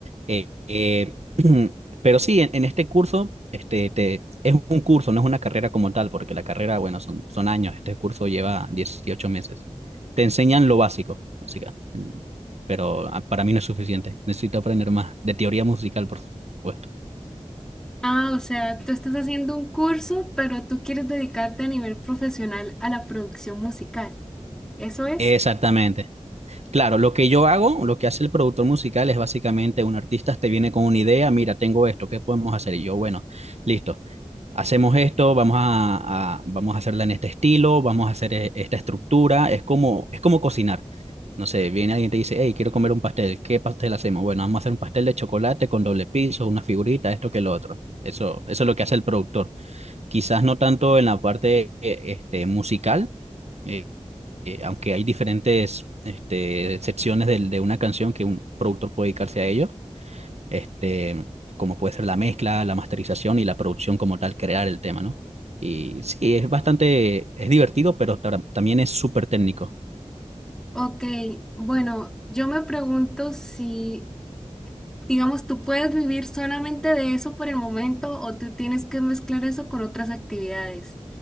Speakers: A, on the right (about 60°); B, in the centre.
A: Eh, eh, <clears throat> Pero sí, en, en este curso, este, te, es un curso, no es una carrera como tal, porque la carrera, bueno, son, son años, este curso lleva 18 meses. Te enseñan lo básico, básicamente, pero ah, para mí no es suficiente. Necesito aprender más de teoría musical, por supuesto.
B: Ah, o sea, tú estás haciendo un curso, pero tú quieres dedicarte a nivel profesional a la producción musical. ¿Eso es?
A: Exactamente, Claro, lo que yo hago, lo que hace el productor musical es básicamente un artista te viene con una idea, mira, tengo esto, ¿qué podemos hacer? Y yo, bueno, listo, hacemos esto, vamos a, a- vamos a hacerla en este estilo, vamos a hacer eh, esta estructura, es como, es como cocinar. No sé, viene alguien y te dice, hey, quiero comer un pastel, ¿qué pastel hacemos? Bueno, vamos a hacer un pastel de chocolate con doble piso, una figurita, esto que lo otro. Eso, eso es lo que hace el productor. Quizás no tanto en la parte eh, este, musical, eh, eh, aunque hay diferentes este, secciones del- de, una canción que un productor puede dedicarse a ello, este, como puede ser la mezcla, la masterización y la producción como tal, crear el tema, ¿no? Y sí, es bastante, es divertido, pero tar- también es súper técnico.
B: Ok, bueno, yo me pregunto si Digamos, tú puedes vivir solamente de eso por el momento o tú tienes que mezclar eso con otras actividades,